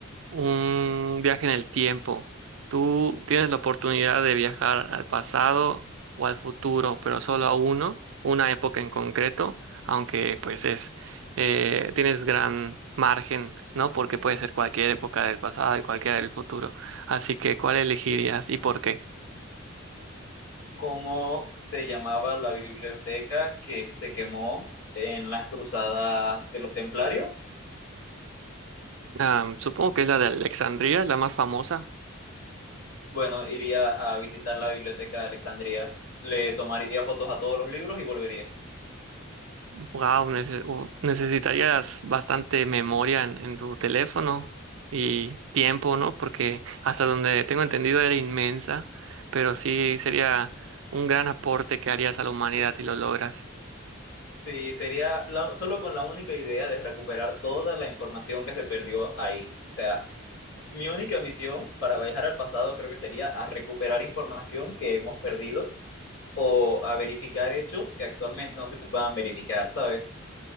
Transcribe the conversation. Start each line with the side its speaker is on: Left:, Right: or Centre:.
Right: un viaje en el tiempo. Tú tienes la oportunidad de viajar al pasado o al futuro, pero solo a uno, una época en concreto, aunque pues es, eh, tienes gran margen, ¿no? Porque puede ser cualquier época del pasado y cualquiera del futuro. Así que, ¿cuál elegirías y por qué?
Left: ¿Cómo se llamaba la biblioteca que se quemó en las cruzadas de los templarios?
Right: Ah, supongo que es la de Alexandria, la más famosa.
Left: Bueno, iría a visitar la biblioteca de Alejandría, le tomaría fotos a todos los libros y volvería.
Right: Wow, necesitarías bastante memoria en, en tu teléfono y tiempo, ¿no? Porque hasta donde tengo entendido era inmensa, pero sí sería un gran aporte que harías a la humanidad si lo logras.
Left: Sí, sería la- solo con la única idea de recuperar toda la información que se perdió ahí. O sea, s- mi única misión para viajar al pasado creo que sería a recuperar información que hemos perdido o a verificar hechos que actualmente no se puedan verificar, ¿sabes?